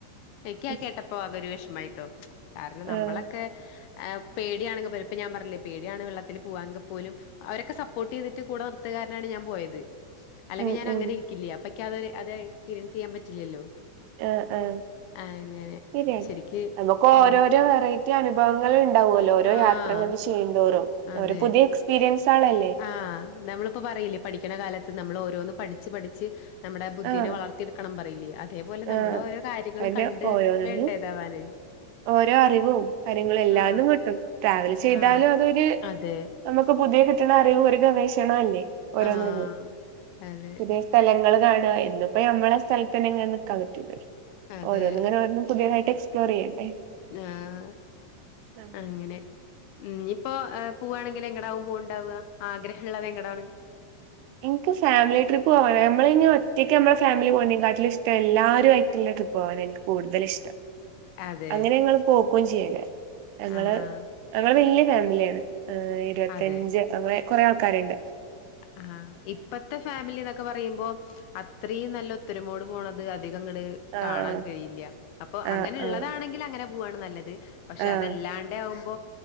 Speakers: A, on the left; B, on the right.
A: ഇക്ക്
B: ഉം
A: അത് കേട്ടപ്പോ ആകെ ഒരു വിഷമായിട്ടോ കാരണം നമ്മളൊക്കെ
B: ആഹ്
A: ഏ പേടിയണെങ്കിൽ പലപ്പോ ഞാൻ പറഞ്ഞില്ലേ പേടിയാണ് വെള്ളത്തിൽ പോവാങ്കിൽ പോലും അവരൊക്കെ സപ്പോർട്ട് ചെയ്തിട്ട് കൂടെ നൃത്തുകാരനാണ് ഞാൻ പോയത് അല്ലെങ്കി
B: ഉം
A: ഞാനങ്ങനെ
B: ഉം
A: ഇരിക്കില്ല അപ്പൊ ഇൻക്കത് എക്സ്പീരിയൻസ് ചെയ്യാൻ പറ്റില്ലല്ലോ
B: ആഹ് ആഹ്
A: അങ്ങനെ
B: ശെരിയാ
A: ശരിക്ക്
B: ആണോ ഒക്കെ
A: ഉം
B: ഓരോരോ വെറൈറ്റി അനുഭവങ്ങൾ ഇണ്ടാവോല്ലോ ഓരോ
A: ആഹ്
B: യാത്രങ്ങനെ ചെയ്യുന്തോറും
A: അതെ
B: ഓരൊ പുതിയ എക്സ്പീരിയൻസാളല്ലേ
A: ആഹ് നമ്മള് ഇപ്പം പറയില്ലേ പഠിക്ക്ണ കാലത്ത് നമ്മള് ഓരോന്ന് പഠിച്ച് പഠിച്ച് നമ്മടെ ബുദ്ധീനെ
B: ആഹ്
A: വളർത്തിയെടുക്കണം പറയില്ലേ അതേപോലെ നമ്മള്
B: ആഹ്
A: ഓരോ കാര്യങ്ങള്
B: അന്നെ
A: കണ്ട്
B: ഓരോന്നിനും
A: വേണ്ടെ ഇതാവാന്
B: ഓരോ അറിവും കാര്യങ്ങളും എല്ലാതും
A: ആഹ്
B: കിട്ടും ട്രാവൽ ചെയ്താലും
A: ആഹ്
B: അതൊരു
A: അതെ
B: നമുക്ക് പുതിയ കിട്ടണറിവ് ഒരു ഗവേഷണല്ലേ ഓരോന്ന
A: ആഹ് അതെ
B: പുതിയ സ്ഥലങ്ങൾ കാണ എന്നും അപ്പൊ നമ്മളെ സ്ഥലത്തന്നെങ്ങനെ നിക്കാൻ പറ്റൂലല്ലോ
A: അതെ
B: ഓരോന്ന്ങ്ങനെ ഓരോന്ന് പുതിയതായിട്ട എക്സ്പ്ലോർ ചെയ്യണ്ടേ
A: ആഹ്
B: ആ.
A: അങ്ങനെ ഇനിയിപ്പോ പോവാണെങ്കിൽ എങ്ങടാവും പോവുണ്ടാവ ആഗ്രഹള്ളത് എങ്ങടാണ്
B: ഇൻക്ക് ഫാമിലിട്രിപ്പ് പോവാന നമ്മള ഇനി ഒറ്റക്ക്മ്മ ഫാമിലി പോവുന്നകാട്ടിലും ഇഷ്ടം എല്ലാരു ആയിട്ടുള്ള ട്രിപ്പ് പോവാന ഇൻക്ക് കൂടുതലിഷ്ടം
A: അതെ
B: അങ്ങനെ ഞങ്ങള് പോക്കും ചെയ്യല് ഞങ്ങള്
A: ആഹ് ആഹ്
B: ഞങ്ങള് വല്ല്യ ഫാമിലിയാണ് ഇരുപത്തഞ്ച്
A: അതെ
B: ഞങ്ങള് കൊറേ ആൾക്കാര്ണ്ട്
A: ആഹ് ഇപ്പത്തെ ഫാമിലിനൊക്കെ ക്കെ പറയുമ്പോ അത്രയും നല്ല ഒത്തൊരുമോട് പോണത് അധികങ്ങട് കാണാൻ
B: ആഹ്
A: കഴിയില്ല അപ്പൊ
B: ആഹ്
A: അങ്ങനെള്ളതാണെങ്കിൽ
B: ആഹ്
A: അങ്ങനെ പോവാണ് നല്ലത് പക്ഷെ
B: ആഹ്
A: അതല്ലാണ്ടെയാവുമ്പോ